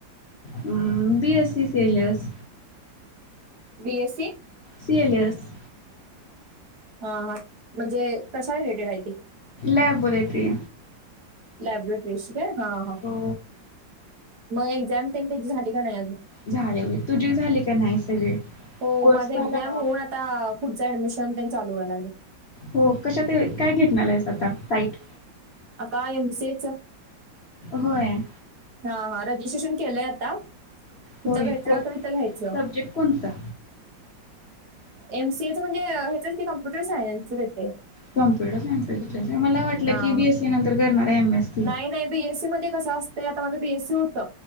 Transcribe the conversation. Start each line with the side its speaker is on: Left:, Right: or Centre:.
Left: हम्म बी एस सी केलस.
Right: बी एस सी,
Left: सि ऐन स.
Right: हा हा म्हणजे कश्या रिलेटेड आहे ती.
Left: लॅबोरेटरी.
Right: लॅबोरेटरीशी काय हा- हा,
Left: हो
Right: मग एक्झाम तेन त्यांच्या झाली का नाही अजून?
Left: झाले व्हय. तुझी झाली का नाही सगळे?
Right: हो
Left: कोर्स
Right: माझा
Left: झाला
Right: एक्झाम
Left: नव्ह?
Right: होऊन आता, पुढच ऍडमिशनते चालू व्हाय लागले.
Left: हो कशात? तेवस काय घेतणार आहेस आता साईट?
Right: आता एम सि ए च.
Left: होय.
Right: हा हा रजिस्ट्रेशन केलय आता इथे
Left: होय
Right: भेटल
Left: को
Right: तर इथे घ्यायच.
Left: सब्जेक्ट कोणता?
Right: एमसीएच म्हणजे हेचच की कॉम्प्युटर सायन्स घेते.
Left: कम्प्युटर सायन्स मला वाटल
Right: हा
Left: की, बीएसी
Right: हा
Left: नंतर करणारा एम. S C.
Right: नाही नाही बीएससी मध्ये, कस असत. तरी आता माझं बीएससी होत,